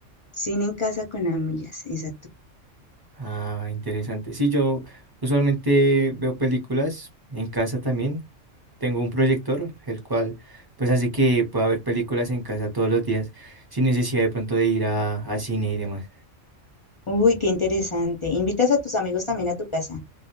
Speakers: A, on the left; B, on the right.
A: Cine en casa con amigas, exacto.
B: Ah, interesante. Sí, yo usualmente veo películas en casa también. Tengo un proyector, el cual pues hace que pueda ver películas en casa todos los días, sin necesidad de pronto de ir a, a cine y demás.
A: Uy, qué interesante. ¿Invitas a tus amigos también a tu casa